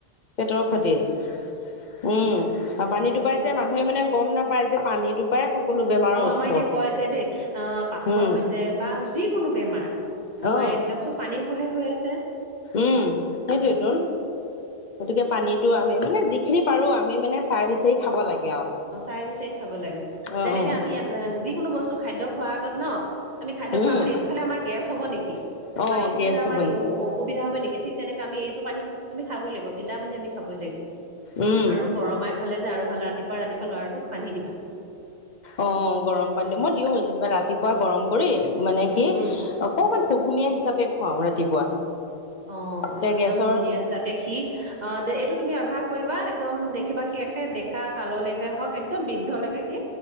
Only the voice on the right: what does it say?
পেটৰ
ক্ষতি
হব
অ
আমাৰ এতিয়া কয় যে দেই আহ পাথৰ
হৈছে বা যিকোনো বেমাৰ আমাৰ
এইবিলাক চব পানীৰ পৰাহে হৈ আছে।
অ চাই বিচাৰি খাব লাগে
যেনেকে
আমি যিকোনো বস্তু খাদ্য খোৱাৰ আগত ন আমি খাদ্য খোৱাৰ
আগ এইটো খালে আমাৰ গেছ হ'ব নিকি
বা এইটো
খালে আমাৰ
এম অ অসুবিধা হব নিকি ঠিক তেনেকে আমি এই পানী আমি খাবই লাগিব ফিল্টাৰ পানি আমি খাবই লাগিব
আৰু গৰমাই খালে টো আৰু ভাল ৰাতিপুৱা ৰাতিপুৱা ল'ৰাটোক পানী দিবা
উম
অ
একদম
ধুনীয়া যাতে সি অ এইটো তুমি অভ্যাস কৰিবা একদম দেখিবা সি একে ডেক কা কাললেকে হওক একদম বৃদ্ধলেকে সি